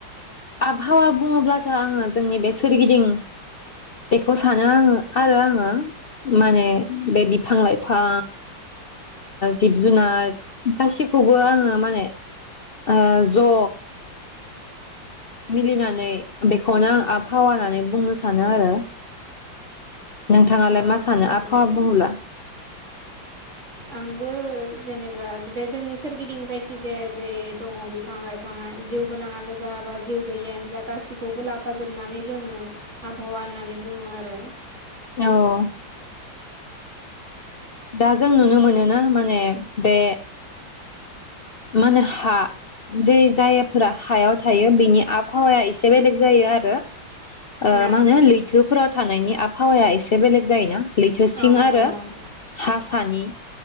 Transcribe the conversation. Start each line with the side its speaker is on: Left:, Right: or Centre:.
Left: आबहावा बुङोब्लाथ' आङो जोंनि बे सोरगिदिं बेखौ सानो आङो आरो आङो माने बे बिफां लाइफां जिब जुनार गासिखौबो आङो माने ओ ज' मिलिनानै बेखौनो आं आबहावा होननानै बुंनो सानो आरो। नोंथाङालाय
Right: औ
Left: मा सानो
Right: नंगौ
Left: आबहावा बुङोब्ला?
Right: आंबो जेनेबा बे जोंनि सोरगिदिं जायखिजाया जे दङ बिफां लाइफाङा जिउ गोनाङानो जा बा जिउ गैयिआनो जा गाैखौबो लाफाजोबनानै जोङो आबहावा होननानै बुङो आरो।
Left: औ दा जों नुनो मोनोना माने बे मा होनो हा जै जायगाफोरा हायाव थायो बिनि आबहावाया एसे बेलेग जायो आरो। ओ
Right: औ
Left: मा होनो लैथोफोराव थानायनि आब हावाया एसे बेलेग जायोना। लैथोसिं
Right: ओं
Left: आरो
Right: औ औ
Left: हासानि